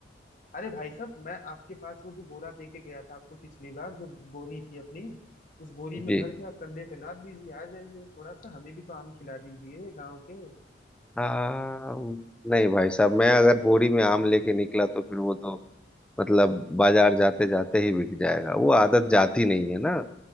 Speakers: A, on the left; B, in the centre.
A: अरे भाई साहब मैं आपके पास वो जो बोरा दे के गया था आपको पिछली बार जो बोरी थी अपनी उस बोरी
B: जी
A: में भर के आप कंधे पे लाद दीजिए आ जाइए थोड़ा सा हमें भी तो आम खिला दीजिए गांव के
B: हाँ नहीं भाई साहब मैं अगर बोरी में आम लेके निकला तो फिर वो तो मतलब बाजार जाते जाते ही बिक जाएगा वो आदत जाती नहीं है ना